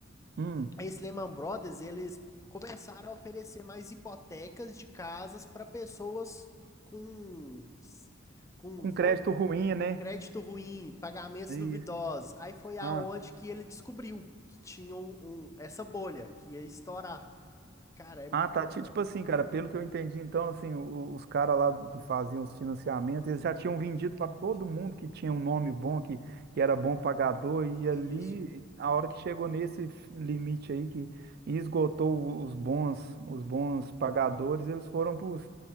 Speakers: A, on the right (about 55°); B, on the left (about 15°).
A: hum,
B: esse Lehman Brothers, eles começaram a oferecer mais hipotecas de casas para pessoas com, com
A: com
B: fonte,
A: crédito ruim, né?
B: crédito ruim, pagamentos
A: É
B: duvidosos.
A: isso.
B: Aí foi aonde
A: Ah.
B: que ele descobriu que tinha um, um- essa bolha que ia estourar. Cara, é
A: Ah,
B: muito
A: tá. Ti-
B: bom.
A: Tipo assim, cara, pelo que eu entendi, então, assim, o- os caras lá que faziam os financiamentos, eles já tinham vendido para todo mundo que tinha um nome bom, que, que era bom pagador, e
B: Isso,
A: ali, a hora que chegou nesse f- limite aí, que esgotou o- os bons, os bons pagadores, eles foram pros,